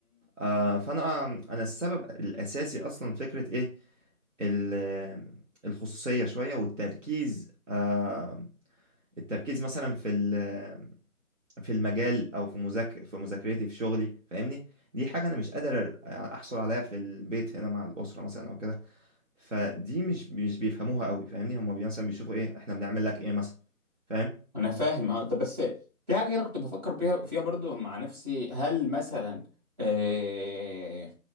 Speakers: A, on the right; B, on the right.
A: آه، فانا انا السبب الاساسي اصلا فكرة ايه ال- الخصوصية شوية والتركيز آه، التركيز مثلا في ال- في المجال او في مذاك في مذاكرتي في شغلي فاهمني دي حاجه انا مش قادر احصل عليها في البيت هنا مع الاسره مثلا او كده فدي مش مش بيفهموها قوي فاهمني هم مثلا بيشوفوا ايه احنا بنعمل لك ايه مثلا فاهم
B: انا فاهم اه طب بس في حاجه انا كنت بفكر بيها فيها برضو مع نفسي هل مثلا آه